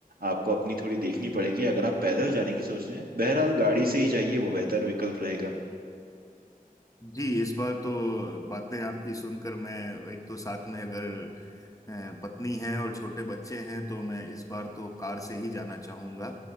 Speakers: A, on the right (about 80°); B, on the left (about 20°).
A: आपको अपनी थोड़ी देखनी पड़ेगी अगर आप पैदल जाने की सोच रहे हैं बहरहाल गाड़ी से ही जाइए वो बेहतर विकल्प रहेगा
B: जी इस बार तो बातें आपकी सुनकर मैं एक तो साथ में अगर अ, पत्नी है और छोटे बच्चे हैं तो मैं इस बार तो कार से ही जाना चाहूँगा